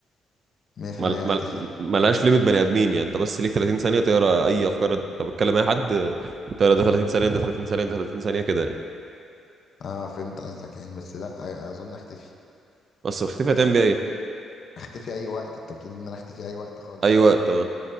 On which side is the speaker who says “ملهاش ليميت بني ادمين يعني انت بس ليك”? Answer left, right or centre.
Right